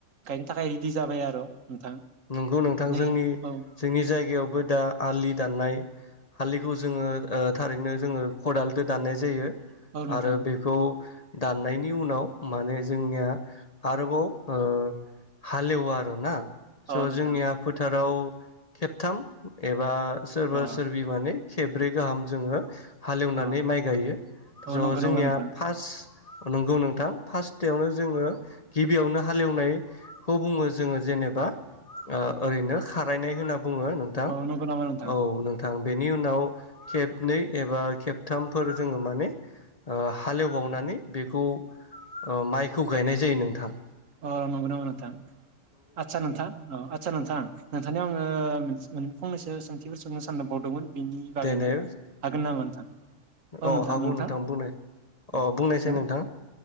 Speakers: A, on the right; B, on the left.
A: गायनो थाखाय रेदि जाबाय आरो नोंथां
B: नंगौ नोंथां
A: नै
B: जोंनि
A: औ
B: जोंनि जायगायाव बो दा आलि दाननाय आलिखौ जोङो ओ थारैनो जोङो खदालजों दाननाय जायो
A: औ नोंथां
B: आरो बेखौ दाननायनि उनाव माने जोंनिया आरोबाव ओ हालेवो आरोना स
A: अ नोंथां
B: जोंनिया फोथाराव खेबथाम एबा सोरबा
A: अ
B: सोरबि माने खेबब्रै गाहाम जोङो हालेवनानै
A: अ
B: माइ गायो
A: औ
B: ज
A: नंगौ
B: जोंनिया
A: नामा नोंथां
B: फास्ट अ नंगौ नोंथां फास्ट थायावनो जोङो गिबियावनो हालेवनायखौ बुङो जोङो जेनेबा ओ ओरैनो खारायनाय होनना बुङो नोंथां
A: औ नंगौ नामा नोंथां
B: औ नोंथां बेनि उनाव खेब नै एबा खेबथामफोर जोङो माने ओ हालेवबावनानै बेखौ ओ माइखौ गायनाय जायो नोंथां।
A: अ नोंगौ नामा नोंथां आदसा नोंथां औ आदसा नोंथां नोंथांनियाव आङो मोन फंनैसो सोंथिफोर सोंनो सानबावदोंमोन बेनि बागैनो
B: देनाय
A: हागोन नामा नोंथां अ
B: औ
A: नोंथां
B: हागौ
A: नोंथां नोंथां
B: बुंनाय
A: अ
B: बुंनायसै
A: ओ
B: नोंथां